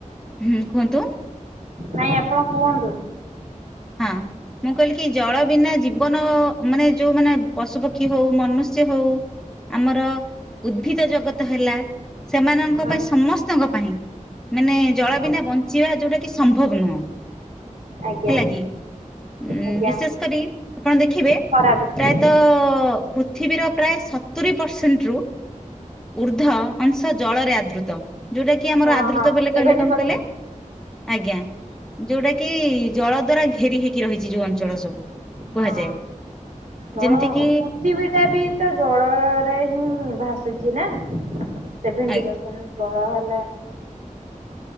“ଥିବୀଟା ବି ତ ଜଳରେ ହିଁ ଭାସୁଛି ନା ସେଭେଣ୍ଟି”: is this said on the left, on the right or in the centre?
Right